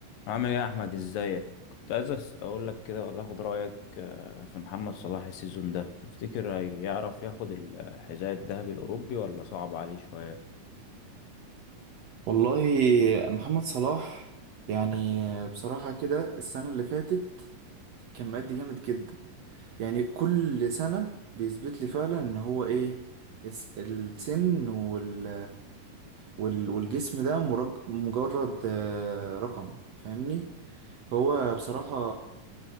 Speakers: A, on the left; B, on the right.
A: عامل ايه يا احمد ازيك كنت عايز أس- اقول لك كده ولا اخد رايك آه، في محمد صلاح السيزون ده تفتكر هيعرف ياخد الحذاء الذهبي الاوروبي ولا صعب عليه شويه
B: والله محمد صلاح يعني بصراحة كده السنة اللي فاتت كان مأدي جامد جدا يعني كل سنة بيثبت لي فعلا ان هو ايه الس- السن وال وال- والجسم ده مرج- مجرد آه، رقم فاهمني فهو بصراحة